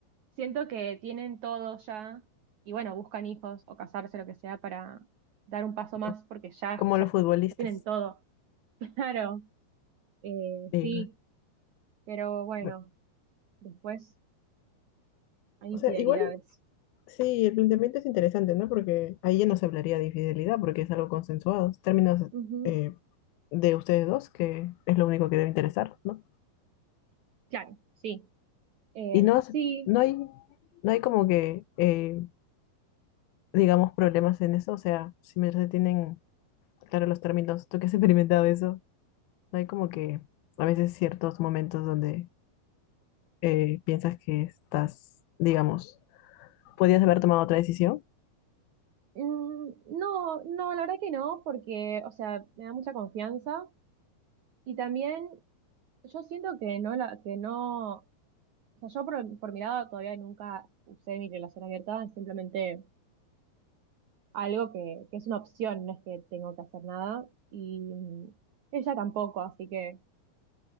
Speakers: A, on the right; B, on the left.
A: Siento que tienen todo ya y bueno, buscan hijos o casarse, lo que sea, para dar un paso más
B: Co-
A: porque ya,
B: Como
A: ya,
B: los futbolistas.
A: ya tienen todo. <laughs> Claro, eh,
B: Sí,
A: sí, pero bueno,
B: bueno.
A: después hay
B: O
A: infidelidades.
B: sea, igual Sí, el planteamiento es interesante, ¿no? Porque ahí ya no se hablaría de infidelidad, porque es algo consensuado. Es Términos
A: Ujú,
B: eh, de ustedes dos, que es lo único que debe interesar, ¿no?
A: Claro, sí. Eh,
B: Y no, es-
A: sí,
B: no hay, no hay como que, eh, digamos, problemas en eso. O sea, si me se tienen claro los términos, tú que has experimentado eso, no hay como que a veces ciertos momentos donde eh, piensas que estás, digamos, podías haber tomado otra decisión.
A: mm, no, no, la verdad que no, porque, o sea, me da mucha confianza y también yo siento que no, la, que no, o sea, yo por, por mi lado todavía nunca usé mi relación abierta, simplemente algo que, que es una opción, no es que tengo que hacer nada. Y mm, ella tampoco, así que,